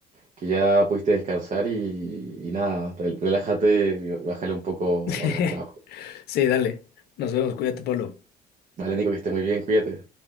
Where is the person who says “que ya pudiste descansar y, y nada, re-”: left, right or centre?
Right